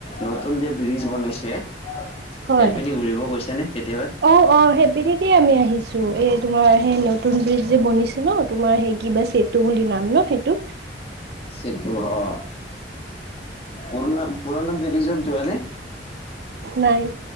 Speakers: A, on the left (about 35°); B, on the right (about 65°).
A: নতুন কে ব্ৰিছ বনাইছে
B: হয়
A: সেইপিনে ঘূৰিব গৈছা নে কেতিয়াবা
B: অ অ সেইপিনে। সেই পিনে আমি আহিছো এ তোমাৰ সেই নতুন ব্ৰিজ যে বনিছে ন তোমাৰ সেই কিবা চেতু গুৰি নাম ন সেইটো।
A: চেতু অ পুৰনা পুৰনা ব্ৰিৰিজত যোৱা নে
B: নাই।